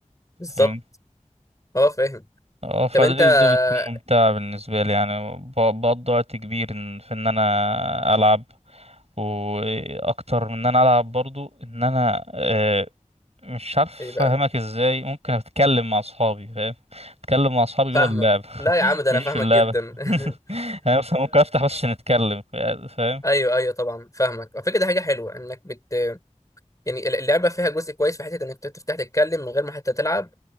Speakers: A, on the left; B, on the right.
A: بالظبط
B: فاهمني
A: أه فاهم
B: اه فده
A: طب أنت آه،
B: ده بتكون ممتعة بالنسبة لي يعني ب- بقضي وقت كبير إن- في ان انا العب واكتر من ان انا العب برضو ان انا آه، مش عارف
A: إيه بقى؟
B: افهمك ازاي ممكن اتكلم مع اصحابي فاهم اتكلم مع اصحابي جوه
A: فاهمك
B: اللعب
A: لا يا عم ده أنا
B: مش
A: فاهمك
B: في اللعبة
A: جدا <laughs>
B: <laughs> يعني مثلا ممكن افتح بس نتكلم فاهم
A: ايوه ايوه طبعا فاهمك على فكره دي حاجه حلوه انك بت يعني اللعبه فيها جزء كويس في حته انك تفتح تتكلم من غير ما حتى تلعب